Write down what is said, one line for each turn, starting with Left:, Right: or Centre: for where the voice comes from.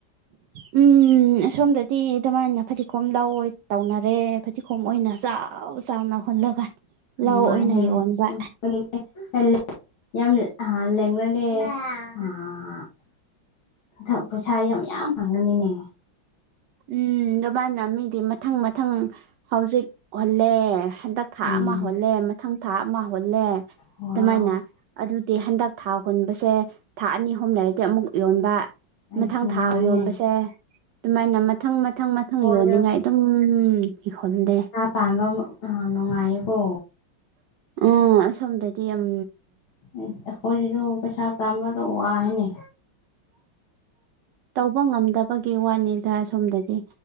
Right: ꯎꯝ ꯑꯁꯣꯝꯗꯗꯤ ꯑꯗꯨꯃꯥꯏꯅ ꯐꯗꯤꯒꯣꯝ ꯂꯧꯑꯣꯏ ꯇꯧꯅꯔꯦ ꯐꯗꯤꯒꯣꯝ ꯑꯣꯏꯅ ꯆꯥ ꯆꯥꯎ ꯆꯥꯎꯅ ꯍꯨꯜꯂꯒ
Left: ꯅꯨꯡꯉꯥꯏꯍꯦ
Right: ꯂꯧ ꯑꯣꯏꯅ ꯌꯣꯟꯕ
Left: <unintelligible> ꯑꯗꯨ ꯄꯩꯁꯥ ꯌꯥꯝ ꯌꯥꯝ ꯐꯪꯒꯅꯤꯅꯦ
Right: ꯎꯝ ꯑꯗꯨꯃꯥꯏꯅ ꯃꯤꯗꯤ ꯃꯊꯪ ꯃꯊꯪ ꯍꯧꯖꯤꯛ ꯍꯨꯟꯂꯦ ꯍꯟꯗꯛ ꯊꯥ
Left: ꯎꯝ
Right: ꯑꯃ ꯍꯨꯜꯂꯦ ꯃꯊꯪ ꯊꯥ ꯑꯃ ꯍꯨꯜꯂꯦ
Left: ꯋꯥꯎ
Right: ꯑꯗꯨꯃꯥꯏꯅ ꯑꯗꯨꯗꯤ ꯍꯟꯗꯛ ꯊꯥ ꯍꯨꯟꯕꯁꯦ ꯊꯥ ꯑꯅꯤ ꯑꯍꯨꯝ ꯂꯩꯔꯗꯤ ꯑꯃꯨꯛ ꯌꯣꯟꯕ
Left: ꯑꯩꯁ
Right: ꯃꯊꯪ
Left: ꯅꯨꯡꯉꯥꯏꯅꯦ
Right: ꯊꯥ ꯌꯣꯟꯕꯁꯦ ꯑꯗꯨꯃꯥꯏꯅ ꯃꯊꯪ ꯃꯊꯪ ꯃꯊꯪ
Left: ꯍꯣꯏꯗ
Right: ꯌꯣꯟꯅꯤꯡꯉꯥꯏ ꯑꯗꯨꯝ ꯍꯨꯟꯂꯦ
Left: ꯄꯥꯟꯕ ꯑ ꯅꯨꯡꯉꯥꯏꯌꯦꯀꯣ
Right: ꯎꯝ ꯑꯁꯣꯝꯗꯗꯤ ꯎꯝ
Left: ꯑꯦ ꯑꯩꯈꯣꯏꯗꯁꯨ ꯄꯩꯁꯥ ꯇꯥꯟꯕꯗꯣ ꯋꯥꯏꯅꯦ
Right: ꯇꯧꯕ ꯉꯝꯗꯕ ꯄꯒꯤ ꯋꯥꯅꯤꯗ ꯑꯁꯣꯝꯗꯗꯤ